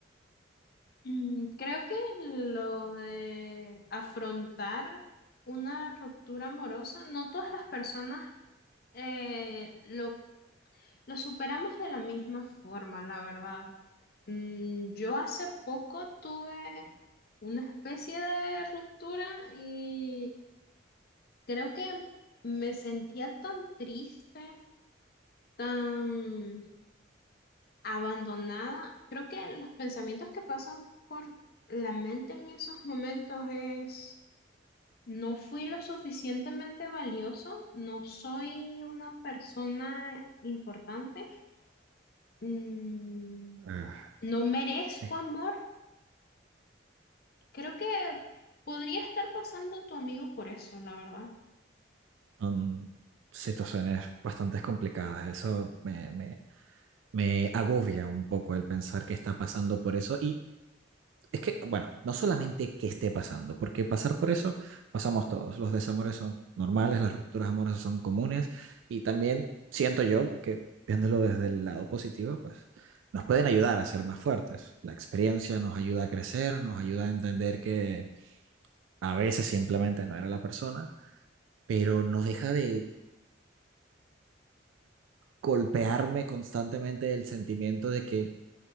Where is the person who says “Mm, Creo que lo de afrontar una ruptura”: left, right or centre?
Left